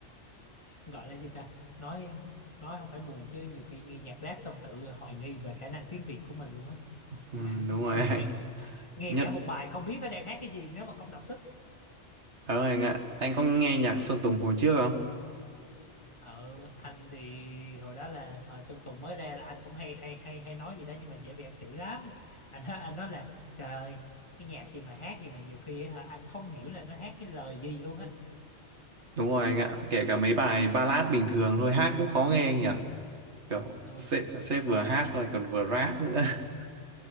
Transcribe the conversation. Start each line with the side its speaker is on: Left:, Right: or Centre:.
Left: gọi là gì ta nói nói không phải buồn chứ nhiều khi nghe nhạc rap xong tự hoài nghi về khả năng tiếng Việt của mình luôn á
Right: Ừ,
Left: <laughs>
Right: đúng
Left: mình
Right: rồi anh.
Left: bị
Right: <laughs>
Left: nghe
Right: Nhất
Left: cả một bài không biết nó đang hát cái gì nếu mà không đọc sức
Right: Ờ anh ạ, anh có nghe nhạc Sơn Tùng hồi trước không?
Left: ở anh thì hồi đó là thời Sơn Tùng mới ra là anh cũng hay hay hay hay nói gì đó nhưng mà dễ bị ăn chửi lắm anh nói- anh nói là trời ơi cái nhạc gì mà hát gì mà nhiều khi á hả, anh không hiểu là nó hát cái lời gì luôn á
Right: Đúng rồi anh ạ, kể cả mấy bài ballad bình thường thôi hát cũng khó nghe anh nhỉ. Kiểu
Left: ừ
Right: sếp sếp vừa hát rồi còn vừa rap nữa. <laughs>